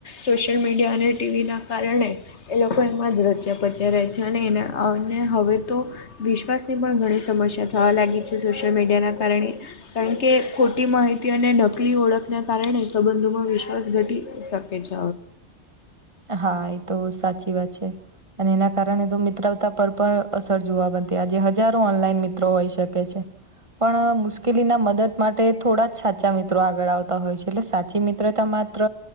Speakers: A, on the left; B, on the right.
A: સોશિયલ મીડિયા અને ટીવીના કારણે એ એમાં જ રચ્યા પચ્યા રહે છે અને એને હવે તો વિશ્વાસની પણ ઘણી સમસ્યા થવા લાગી છે સોશિયલ મીડિયાના કારણે કારણ કે ખોટી માહિતી અને નકલી ઓળખને કારણે સંબંધોમાં વિશ્વાસ ઘટી શકે કે છ
B: હા એ તો સાચી વાત છે અને એના કારણે તો મિત્રવતા પર પણ અસર જોવા બન તે આજે હજારો ઓનલાઈન મિત્રો હોઈ શકે છે પણ મુશ્કેલી ના મદદ માટે થોડા જ સાચા સાા મિત્રો આગળ આવતા હોય છે એટલે સાચી મિત્રો તો માત્ર